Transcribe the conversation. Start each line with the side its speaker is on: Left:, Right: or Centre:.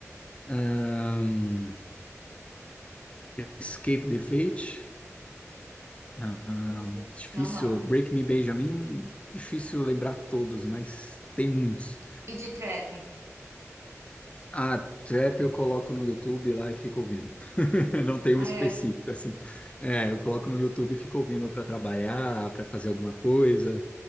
Left: Ahn, Escape the Fate, ahn, difícil.
Right: Aham.
Left: Break Me Benjamin, difícil lembrar todos, mas tem muitos.
Right: E de trap?
Left: A trap eu coloco no YouTube lá e fico ouvindo. <laughs> Não tem
Right: Ah,
Left: um específico
Right: é.
Left: assim. É, eu coloco no YouTube e fico ouvindo para trabalhar, para fazer alguma coisa,